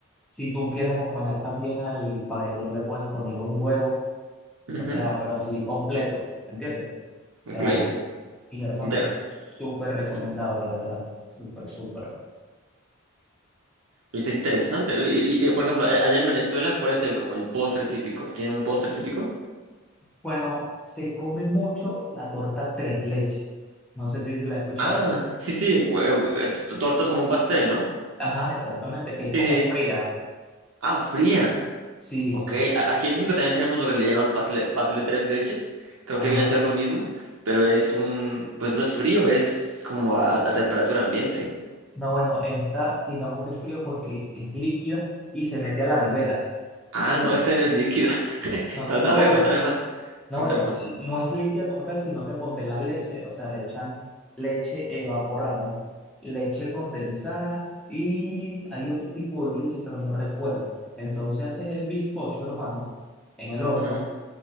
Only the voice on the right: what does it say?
ujú,
Ok,
entero.
ujú.
Está interesante. Y, y- y, por ejemplo, a- allá en Venezuela, ¿cuál es el como el postre típico? ¿Tienen un postre típico?
Ah, sí, sí, hue- eh, t- t- tortas como un pastel, ¿no?
Sí, sí.
Ah, fría.
Ok, a- aquí en México también tenemos lo que le llaman pastel, pastel de tres leches. Creo
que viene a ser lo mismo, pero es un, pues no es frío, es como a, a temperatura ambiente.
Ah,
no, <laughs> esta no es líquida. <laughs>
Entonces,
A ver,
cuéntame más.
Cuéntame
más.
Ujú,